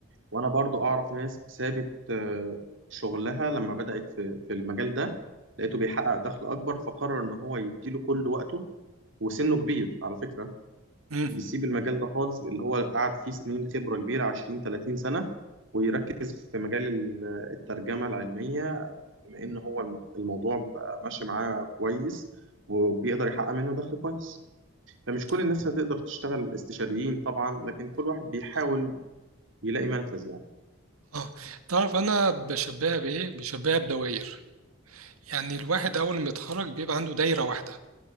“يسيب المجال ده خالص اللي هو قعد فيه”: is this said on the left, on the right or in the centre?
Right